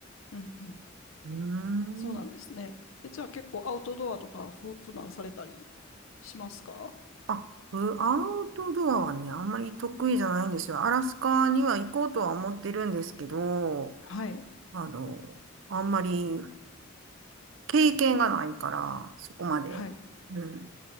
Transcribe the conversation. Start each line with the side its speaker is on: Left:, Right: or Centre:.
Left: うん、うん。
Right: うーん。
Left: そうなんですね。え、じゃあ結構アウトドアとかふ、普段されたりしますか
Right: あ、うアウトドアはね、あんまり得意じゃないんですよ。アラスカには行こうとは思ってるんですけど、
Left: はい。
Right: あの、あんまり経験がないから、そこまで、
Left: はい。
Right: うん、